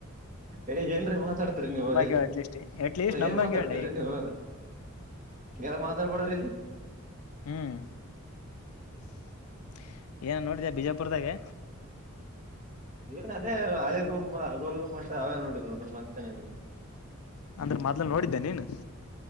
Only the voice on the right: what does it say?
ಏ ಏನ್ರರಿ ಮಾತಾಡ್ತರಿ ನೀವ
ಹೆ
ಅ
ಏನ್ ಮಾತಾಡ್ತಿ
ರಿ ನೀವು ಹಾಗೆಲ್ಲ ಮಾತಾಡ್ಬಾಡ್ರ ಇಲ್ಲಿ
ಏನ್ ಅದೇ ಹಳೆ ಗೊಂಬ ಗೋಲುಗುಮಾಟ ಅವೇ ನೋಡ ನೋಡ್ರರು ಮತ್ತೆ ಏನು ಇಲ್ರಿ